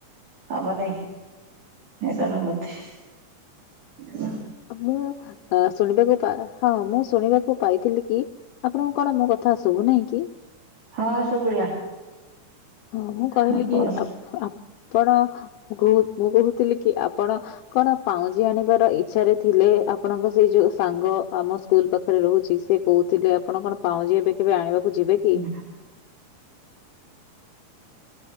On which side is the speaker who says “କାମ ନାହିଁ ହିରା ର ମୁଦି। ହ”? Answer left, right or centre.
Right